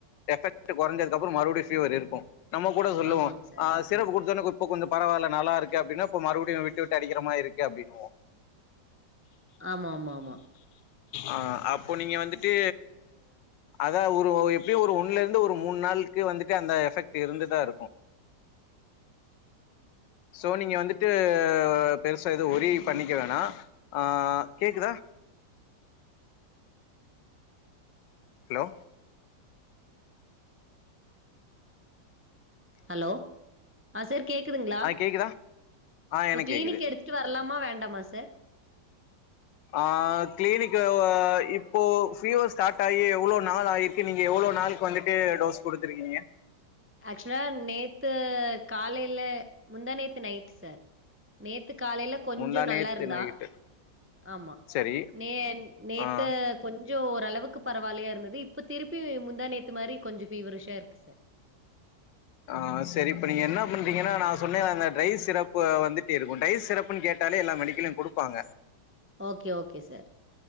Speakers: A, on the left; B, on the right.
A: எஃபெக்ட் கொறஞ்சதுக்கு அப்றம் மறுபடியும் ஃபீவர் இருக்கும் நம்ம கூட சொல்லுவோம்
B: ஆமாங்க சார்,
A: அ
B: ஆமாங்க
A: சிரப்
B: சார்.
A: குடுத்தோன இப்ப கொஞ்சோ பராயில்ல நல்லா இருக்கு அப்டின்னா இப்ப மறுபடியு விட்டு விட்டு விட்டு அடிக்கற மாரி இருக்கு அப்டின்வோ
B: ஆமாமாமா
A: ஆ அப்போ நீங்க வந்துட்டு அதா ஒரு ஒ எப்டியு ஒரு ஒன்ல இருந்து ஒரு மூண் நாள்க்கு வந்துட்டு அந்த எஃபெக்ட் இருந்துதா இருக்கும் ஸோ நீங்க வந்துட்டு பெருசா எது ஒரி பண்ணிக்க வேணாம் ஆ கேக்குதா ஹலோ
B: ஹலோ ஆ சார் கேக்குதுங்களா
A: ஆ கேக்குதா ஆ
B: இப்ப
A: எனக்கு
B: கிளினிக்ல
A: கேக்குது
B: எடுத் க்கு வர்லாமா வேண்டாமா சார்
A: ஆ கிளினிக்கு இப்போ ஃபீவர் ஸ்டார்ட் ஆயி எவ்ளோ நாள் ஆயி க்கு நீங்க எவ்ள நாள்க்கு வந்துட்டு டோஸ் குடுத்துருக்கீங்க
B: ஆக்சுலா நேத்து காலைல முந்தாநேத்து நைட்டு சார் நேத்து காலைல கொஞ்சோ
A: முந்தா
B: நல்லா
A: நேத்து
B: இருந்தா
A: நைட்டு
B: ஆமா
A: சரி
B: நே நேத்து
A: ஆ
B: கொஞ்சோ ஓரளவுக்கு பரவால்லயா இருந்தது இப்ப திருப்பி முந்தாநேத்து மாரி கொஞ்சோ ஃபீவரிஷா இருக்கு சார்
A: ஆ சரி இப்ப நீங்க என்ன பண்றீங்கன்னா நா சொன்ன அந்த ட்ரை சிரப்பு வந்துட்டு இருக்கும் டை சிரப்பு னு கேட்டாலே எல்லா மெடிக்கல்லயு குடுப்பாங்க
B: ஓகே ஓகே சார்